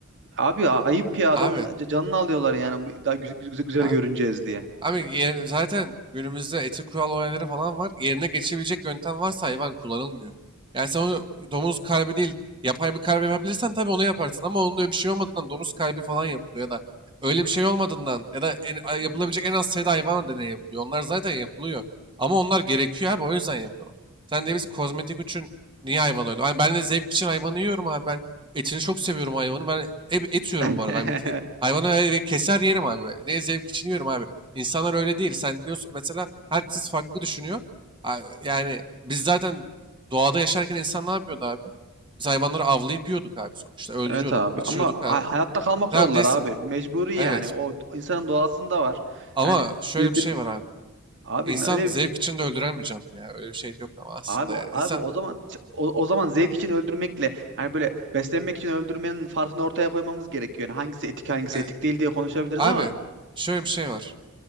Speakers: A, on the right; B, on the right.
A: abi a- ayıp ya adamın
B: Abi,
A: ca- canını alıyorlar yani bu- daha güz- güz- güzel,
B: abi.
A: görüneceğiz diye.
B: Abi yer- zaten günümüzde etik kural olayları falan var. Yerine geçebilecek yöntem varsa hayvan kullanılmıyor. Yani sen onu domuz kalbi değil yapay bir kalbi yapabilirsen tabii onu yaparsın. Ama onun öyle bir şey olmadığından domuz kalbi falan yapılıyor ya da öyle bir şey olmadığından ya da en- yapılabilecek en az sayıda hayvan deneyi yapılıyor. Onlar zaten yapılıyor. Ama onlar gerekiyor abi o yüzden yapıyorlar. Sen de biz kozmetik için niye hayvan öyle? Ay ben de zevk için hayvanı yiyorum abi. Ben etini çok seviyorum hayvanı. Ben et, et yiyorum
A: <laughs>
B: bu arada. Ben bitki, hayvanı e, keser yerim abi. Ne zevk için yiyorum abi. İnsanlar öyle değil. Sen diyorsun mesela herkes farklı düşünüyor. A- Yani biz zaten doğada yaşarken insan ne yapıyordu abi? Biz hayvanları avlayıp yiyorduk abi sonuçta. Öldürüyorduk,
A: Evet abi
B: içiyorduk
A: ama
B: abi.
A: hay- hayatta kalma kuralları
B: Tamam değilsin.
A: abi mecburi
B: Evet.
A: yani o d- insanın doğasında var.
B: Ama
A: Yani
B: şöyle
A: birbirini
B: bir şey var abi.
A: abi
B: İnsan
A: ne- öyle
B: zevk
A: bir şey
B: için de öldüren bir canlı ya. Öyle bir şey de yok ama aslında
A: abi
B: yani.
A: abi
B: İnsan...
A: o zaman o, o zaman zevk için öldürmekle hani böyle beslenmek için öldürmenin farkını ortaya koymamız gerekiyor. Yani hangisi etik hangisi
B: Evet.
A: etik değil diye konuşabiliriz
B: Abi
A: ama
B: şöyle bir şey var.